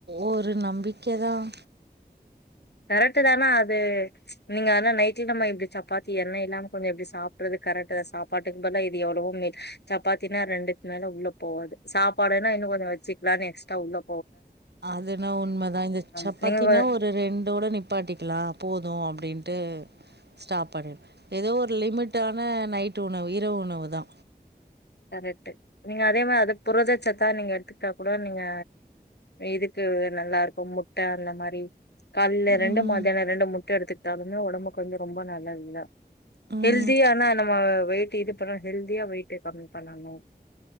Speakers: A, on the right (about 80°); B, on the left (about 85°).
A: ஒரு நம்பிக்கை தான்
B: கரெக்ட் தானா அது நீங்க ஆனா நைட்ல நம்ம இப்டி சப்பாத்தி எண்ணெ இல்லாம கொஞ்சம் இப்டி சாப்றது கரெக்ட் தான் சாப்பாட்டுக்கு பதுலா இது எவ்ளவு மேல் சப்பாத்தினா ரெண்டுக்கு மேல உள்ள போகாது சாப்பாடுன்னா இன்னு கொஞ்ச வச்சுக்லாம் நெக்ஸ்ட் த உல
A: அதுனா உண்மதா இந்த
B: ஆமா
A: சப்பாத்தினா
B: நீங்க வ-
A: ஒரு ரெண்டோட நிப் பாட்டிக்கலா போதூ அப்டின்ட்டு ஸ்டாப் பண்ணீட்ர ஏதோ ஒரு லிமிட்டான நைட் உணவு இரவு உணவு தா
B: கரெட்டு நீங்க அதே மார் அதக் புறது சத்தா நீங்க எடுத்துக்கிட்டா கூட நீங்க இதுக்கு நல்லா இருக்கூ முட்ட அந்த மாரி கால்ல ரெண்டு
A: ம்.
B: மத்தியான ரெண்டு முட்ட எடுத்துக் ததுனோ ஒடம்புக் கொஞ்சோ ரொம்ப நல்லதுதா
A: ம்.
B: ஹெல்தியானா நம்ம வெயிட் இதுப் கரா ஹெல்த்தியா வெயிடே கம்மி பண்ணானோ